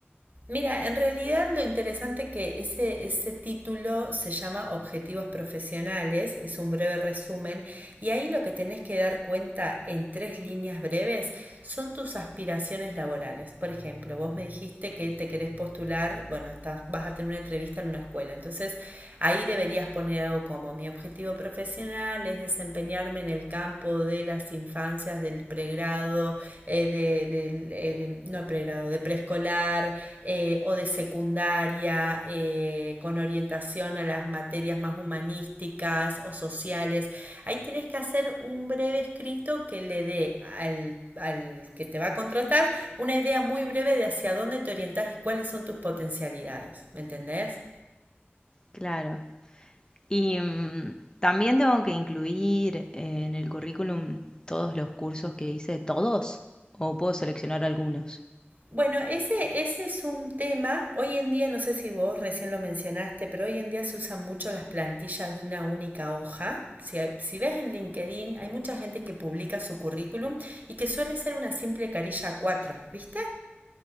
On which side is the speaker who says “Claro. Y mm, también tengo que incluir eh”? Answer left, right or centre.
Left